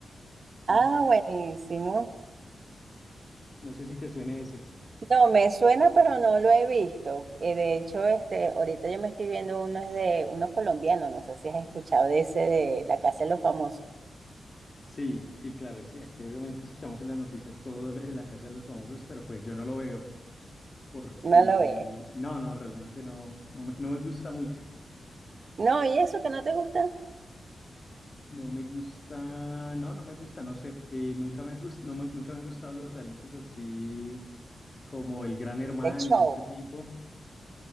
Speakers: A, on the left; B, on the right.
A: No
B: Ah,
A: sé,
B: buenísimo.
A: no sé si te suene ese.
B: No, me suena, pero no lo he visto. Eh, de hecho, este, ahorita yo me estoy viendo uno es de uno colombiano, no sé si has escuchado de ese de La Casa de los Famosos.
A: Sí, sí, claro, sí. Aquí obviamente escuchamos en las noticias todo lo de la Casa de los Famosos, pero pues yo no lo veo porque,
B: No lo ves.
A: no, no, realmente no, no me, no me gusta mucho.
B: No, ¿y eso que no te gusta?
A: No me gusta, no, no me gusta, no sé. eh, nunca me gust, no me- nunca me han gustado los realities así como el gran hermano
B: De show.
A: y este tipo,